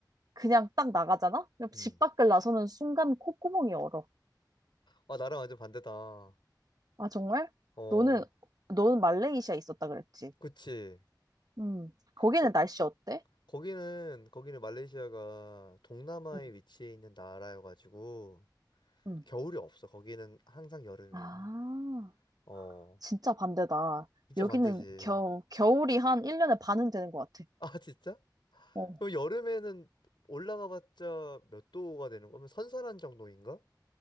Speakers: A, on the right; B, on the left.
A: 그냥 딱 나가잖아? 그럼 집
B: 음.
A: 밖을 나서는 순간 콧구멍이 얼어.
B: 아, 나랑 완전 반대다.
A: 아, 정말?
B: 어,
A: 너는, 너는 말레이시아에 있었다 그랬지?
B: 그치.
A: 음, 거기는
B: 거,
A: 날씨 어때?
B: 거기는, 거기는 말레이시아가 동남아에
A: 응,
B: 위치해 있는 나라여가지고
A: 응.
B: 겨울이 없어. 거기는 항상 여름이야.
A: 아.
B: 어,
A: 진짜 반대다.
B: 진짜
A: 여기는
B: 반대지.
A: 겨, 겨울이 한 1년에 반은 되는 것 같아.
B: 아, 진짜?
A: 어.
B: 그럼 여름에는 올라가봤자 몇 도가 되는 거면 선선한 정도인가?